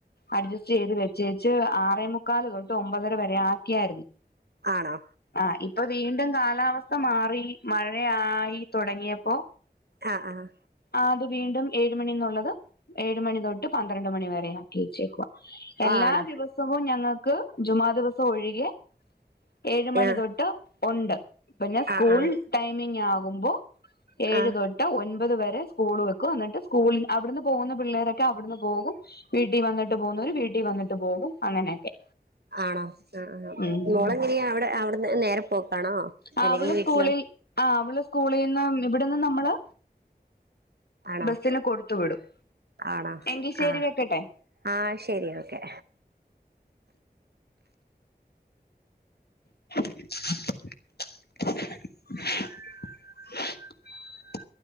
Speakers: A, on the left (about 75°); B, on the right (about 75°).
A: അഡ്ജസ്റ്റ് ചെയ്ത് വെച്ചേച്ച് ആറേമുക്കാൽ തൊട്ട് ഒമ്പതര വരെ ആക്കിയായിരുന്നു.
B: ആണോ
A: ആഹ് ഇപ്പൊ വീണ്ടും കാലാവസ്ഥ വസ്ഥ മാറി മഴയായി തുടങ്ങിയപ്പോ
B: ആഹ് ആഹ്
A: ആഹ് അത് വീണ്ടും ഏഴ് മണിന്നുള്ളത് ഏഴ് മണി തൊട്ട് പന്ത്രണ്ട് മണി വരെയാണ്. തീച്ചക്കവ എല്ലാ
B: ആണോ
A: ദിവസവും ഞങ്ങൾക്ക് ജുമാ ദിവസം ഒഴികെ ഏഴ് മണി
B: ആഹ്
A: തൊട്ട് ഉണ്ട് പിന്നെ സ്കൂൾ
B: ആഹ് ആഹ്
A: ടൈമിങ് ആകുമ്പോ ഏഴുതൊട്ട്
B: ആഹ്
A: ഇട്ട ഒൻപത് വരെ സ്കൂൾ വെക്കും എന്നിട്ട് സ്കൂളിൽ അവിടുന്ന് പോകുന്ന പിള്ളേരൊക്കെ അവിടുന്ന് പോകും. വീട്ടിൽ വന്നിട്ട് പോകുന്നര് വീട്ടിൽ വന്നിട്ട് പോകും അങ്ങനെയൊക്കെ
B: ആണോ ആഹ് ആഹ്
A: ഉം
B: മോളെങ്ങനെയ അവിടെ അവിടെന്ന് നേരെ പോക്കാണോ.
A: ആഹ്
B: അല്ലെങ്കിൽ
A: അവള്
B: വീട്ടിലോ
A: സ്കൂളിൽ ആഹ് അവള് സ്കൂളിൽ നിന്ന് ഇവിടെന്ന് നമ്മള്
B: ആണോ
A: ബസിന് കൊടുത്തു വിടും
B: ആണോ
A: എങ്കിശേരി
B: ആഹ്
A: വെക്കട്ടെ
B: ആഹ് ശരി ഓക്കെ
A: <inaudible>